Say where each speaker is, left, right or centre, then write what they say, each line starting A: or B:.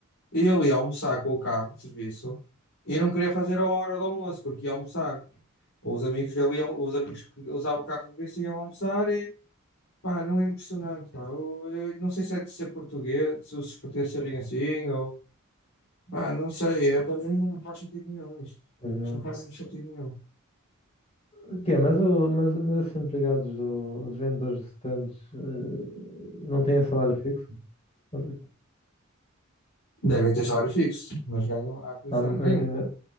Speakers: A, on the left; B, on the left.
A: E ele ia almoçar com o carro de serviço e não queria fazer a hora do almoço, porque ia almoçar. Os amigos dele iam, os amigos que usavam o carro de serviço iam almoçar e pá, não é impressionante, pá. Eu, eu não sei se é de ser português, se os portugueses serem assim, ou pá, não sei, é, para mim não faz sentido nenhum isto.
B: mas não.
A: Isto não faz sentido nenhum.
B: O quê? Mas, o, mas, mas esses empregados, do, os vendedores de stands, eh, não têm salário fixo? Mas-
A: Devem ter salário fixo, mas ganham a comissão.
B: Ah, mas
A: Ganham
B: ainda.